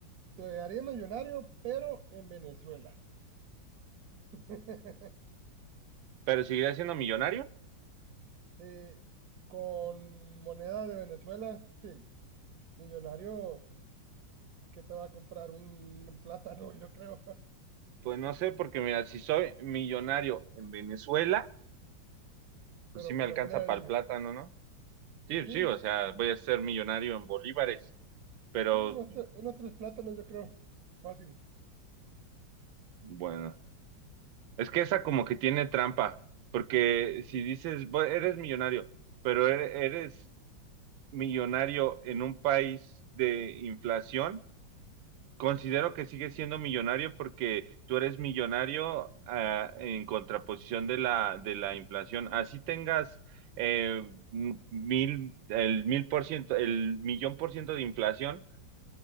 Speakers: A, on the right (about 60°); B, on the right (about 75°).
A: te haría millonario, pero en Venezuela. <laughs>
B: pero ¿seguiré siendo millonario?
A: Eh, con moneda de Venezuela, sí. Millonario, ¿qué te va a comprar? Un plátano, yo creo,
B: Pues no sé, porque mira, si soy millonario en Venezuela,
A: <laughs>
B: pues
A: pero
B: sí me
A: con
B: alcanza
A: la moneda
B: para
A: de ellos.
B: el plátano, ¿no? Sí,
A: Pues sí,
B: sí, o sea, voy a ser millonario en bolívares, pero
A: sí, unos, tre- unos tres plátanos, yo creo. Fácil.
B: bueno, es que esa como que tiene trampa, porque si dices, "Bu- eres millonario, pero e- eres millonario en un país de inflación, considero que sigue siendo millonario porque tú eres millonario ah, en contraposición de la, de la inflación. Así tengas eh, mil, el mil por ciento, el millón por ciento de inflación,